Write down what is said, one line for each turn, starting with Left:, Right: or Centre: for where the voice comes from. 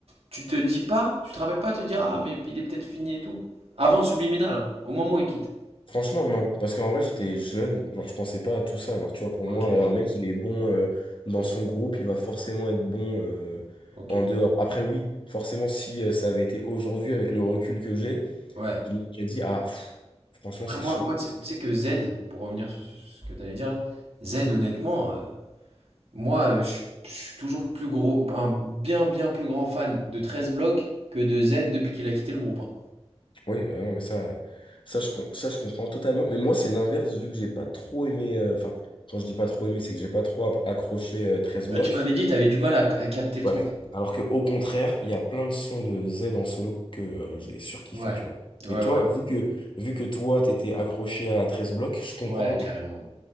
Right: tu te dis pas, tu te rappelles pas te dire, ah, mais il est peut-être fini et tout. Avant Subliminal, hein, au moment où il quitte.
Left: Franchement, non. Parce qu'en vrai, j'étais jeune. Genre, je pensais pas à tout ça. Genre, tu vois, pour
Right: Ok,
Left: moi, un mec, il est bon euh, dans son groupe, il va forcément être bon euh,
Right: ok,
Left: en dehors. Après, oui, forcément, si euh, ça avait été aujourd'hui avec le recul que j'ai,
Right: ouais.
Left: je me serais dit, ah, pff, franchement,
Right: Après,
Left: c'est
Right: moi,
Left: chaud.
Right: moi tu tu sais que Z, pour revenir sur ce ce que t'allais dire, là, Z, honnêtement, euh, moi, euh, je suis je suis toujours plus gros, un bien, bien plus grand fan de 13 blocs que de Z depuis qu'il a quitté le groupe. hein.
Left: Oui, ah non, mais ça, ça je, com- ça, je comprends totalement. Mais moi, c'est l'inverse, vu que j'ai pas trop aimé. euh, Enfin, quand je dis pas trop aimé, c'est que j'ai pas trop ap- accroché euh, 13
Right: Ouais,
Left: blocs.
Right: tu m'avais dit, t'avais du mal à, à capter le
Left: Ouais.
Right: truc.
Left: Alors que, au contraire, il y a plein de sons de Z en solo que euh, j'ai surkiffé,
Right: Ouais,
Left: tu vois.
Right: ouais,
Left: Mais toi,
Right: ouais,
Left: vu que, vu que toi, t'étais accroché à 13 blocs, je comprends
Right: ouais, carrément.
Left: que,